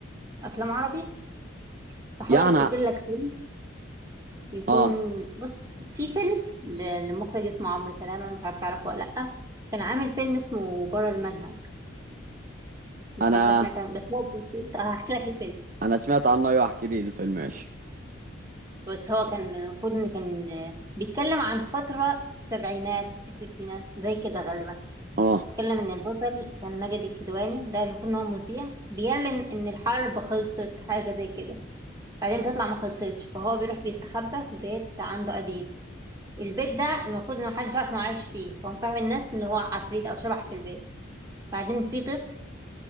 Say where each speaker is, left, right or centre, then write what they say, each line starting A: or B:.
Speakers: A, on the right (about 15°); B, on the right (about 40°).
A: أفلام عربي بحاول
B: يعني
A: أفتكر لك فيلم يكون
B: اه
A: بص في فيلم ل- لمخرج اسمه عمرو سلامة مش عارفة تعرفه ولا لأ كان عامل فيلم اسمه بره المنهج مش
B: انا
A: عارفة سمعت عنه بس هو بيحكي- هحكي لك الفيلم
B: انا سمعت عنه ايوه احكي لي الفيلم ماشي
A: بس هو كان المفروض إن كان بيتكلم عن فترة السبعينات الستينات زي كده غالبا
B: اه
A: اتكلم ان البطل كان ماجد الكدواني ده المفروض ان هو مذيع بيعلن ان الحرب خلصت حاجه زي كده بعدين بتطلع ما خلصتش فهو بيروح بيستخبى في بيت عنده قديم البيت ده المفروض ان محدش عارف انه عايش فيه فهو فاهم الناس ان هو عفريت او شبح في البيت بعدين في طفل